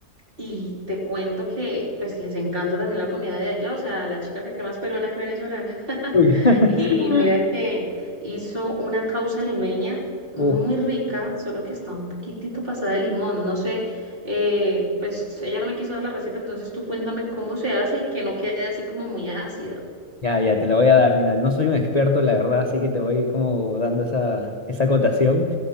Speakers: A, on the right; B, on the left.
A: Y te cuento que pues les encanta también la comida de allá, o sea, la chica se cree más peruana que venezolana. <laughs>
B: Uy. <laughs>
A: Y mira que hizo una causa limeña muy
B: Uf,
A: rica, solo que está un poquitito pasada de limón. No sé, eh, pues ella no me quiso dar la receta, entonces tú cuéntame cómo se hace y que no quede así como muy ácida.
B: ya, ya, te la voy a dar. Mira, no soy un experto, la verdad, así que te voy como dando esa, esa acotación.